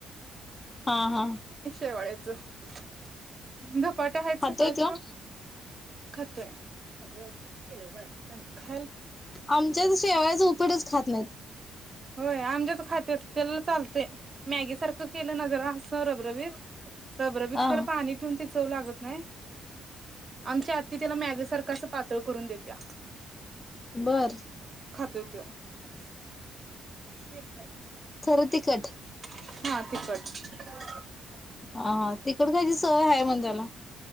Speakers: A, on the left (about 20°); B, on the right (about 35°).
A: हा हा
B: शवाळेच <unintelligible> पट आहेत
A: खातोय
B: सकाळचं
A: तो
B: खत आहेग केला बारी च
A: आमच्याच शेवाळच उपटच खात नाहीत
B: होय आमच्याच खाते अस त्याला चालत मॅगी सारखं केलं नजर असं रबरबीत रबरबीत
A: हा
B: खरं पाणी ठेवून ते लागत नाही आमच्या आत्तीिला मॅग सारखं असं पा त करून देत्या
A: बर
B: <unintelligible> शक बाई
A: खरं तिखट
B: <inaudible> हा तिकट
A: हा, हा, तिकट खायची सवय हाय, म्हण त्याला.